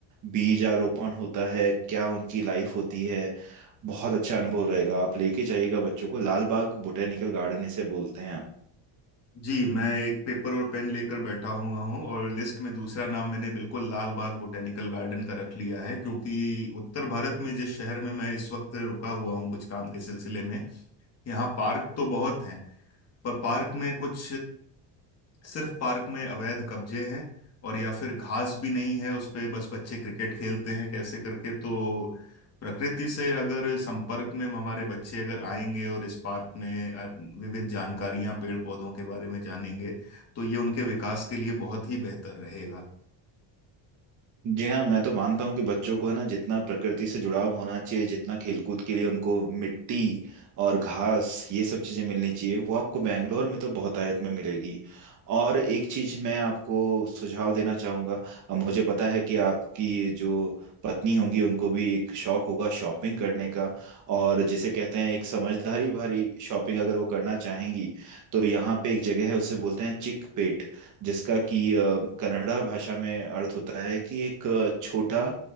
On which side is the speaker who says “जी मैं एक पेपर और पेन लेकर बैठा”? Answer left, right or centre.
Left